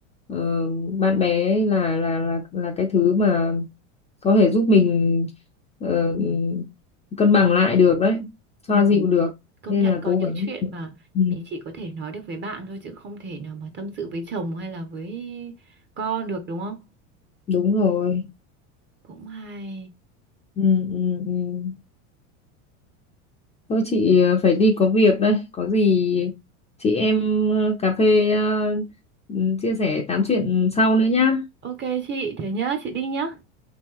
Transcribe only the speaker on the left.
ờ, bạn bè ấy là là là là cái thứ mà có thể giúp mình ờ, cân bằng lại được đấy
xoa dịu được
nên
là
cố
gắng
ừ,
đúng rồi
ừ, ừ, ừ. Thôi chị ờ, phải đi có việc đây. Có gì chị em ờ, cà phê ờ, ừ, chia sẻ tám chuyện sau nữa nhá.